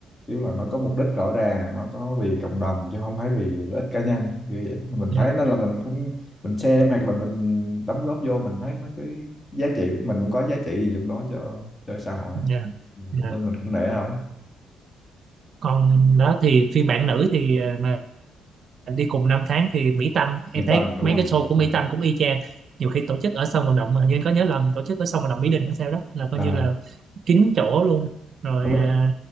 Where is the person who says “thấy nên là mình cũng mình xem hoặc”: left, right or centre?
Left